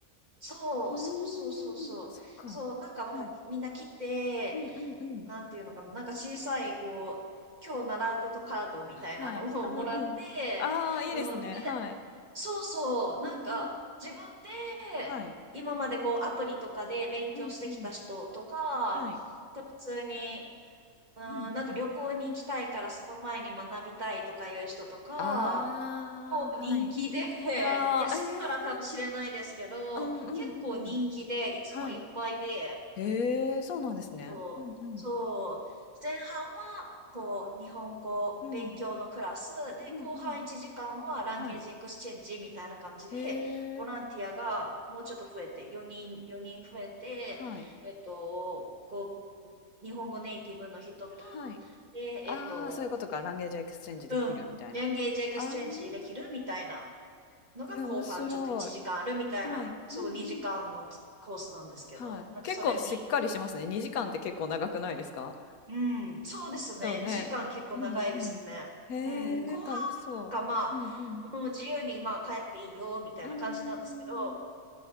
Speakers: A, on the right (about 30°); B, on the left (about 80°).
A: そう、
B: うーん、
A: そうそうそうそう。
B: そっか。
A: そう、なんかもうみんな来て、
B: はい。うんうんうん。
A: なんていうのかな、なんか小さい、こう、今日習うことカードみたいなのを
B: はい。うんうん。
A: <laughs> もらって、
B: ああ、いいですね。
A: うん。で、
B: はい。
A: そうそう、なんか自分で、
B: うんうん。はい。
A: 今までこうアプリとかで勉強してきた人とか、
B: うんうん。はい。
A: 普通に、うん、
B: うんうん。
A: なんか旅行に行きたいからその前に学びたいとかいう人とか、
B: ああ、
A: 構人気で、
B: はい。ああ、
A: いや、してからかもしれないですけど、
B: ええ。うんう
A: 結構人気で、
B: んうん。
A: いつもいっぱいで、
B: はい。へえ、そうなんですね。
A: そう、
B: うんうん。
A: そう、前半は、こう、日本語勉強のクラスで、
B: うん。うんうん。
A: 後半1時間はランゲージエクスチェンジみたいな感じで、
B: はい。へえ、
A: ボランティアがもうちょっと増えて、4人、4人増えて、
B: はい。
A: えっと、こう、日本語ネイティブの人と、
B: はい。
A: で、
B: ああ、
A: えっと、
B: そういうことか。ランゲージエクスチェンジできるみたいな。
A: うん、ランゲージエクスチェンジできるみたいな。
B: ああ、
A: のが後半ちょっと1時間あるみたいな、
B: え、面白い。はい。
A: そう2時間のコースなんですけど、
B: うんうん。はい。
A: なんかそれに、
B: 結構しっかりしますね。2時間って結構長くないですか
A: うん、そうですね、
B: そうね。
A: 2時間結構長いですね。
B: うんうん。へえ、
A: うん、後半はなんかまあ、
B: 楽しそう。うんうん。
A: もう自由にまあ帰っていいよみたいな感じなんですけど、
B: うんうんうんうん。